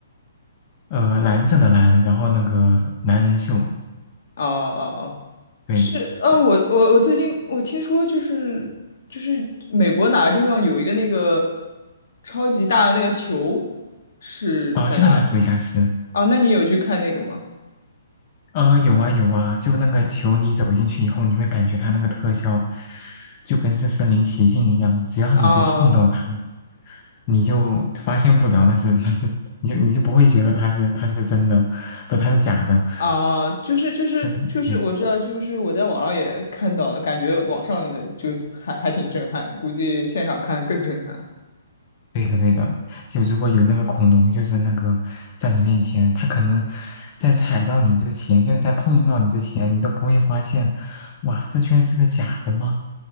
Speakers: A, on the left; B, on the left.
A: 呃，蓝色的蓝，然后那个男人秀，
B: 啊啊啊！
A: 对，
B: 是，呃，
A: 呃
B: 我我我最近我听说就是就是美国哪个地方有一个那个超级大的那个球是在哪里
A: 哦，就是拉斯维加斯。
B: 啊？那你有去看那个吗？
A: 呃，有啊有啊，就那个球，你走进去以后，你会感觉它那个特效就跟是身临其境一样，只要你不碰到它。
B: 啊
A: 你就发现不了那是 <laughs> 那是，你就你就不会觉得它是它是真的，不它是假的，
B: 啊，就是就是就是，
A: 就对
B: 我知道，就是我在网上也看到了，感觉网上的就还还挺震撼的，估计现场看更震撼。
A: 对的对的，就如果有那个恐龙就是那个在你面前，它可能在踩到你之前，就在碰到你之前，你都不会发现，哇，这居然是个假的吗？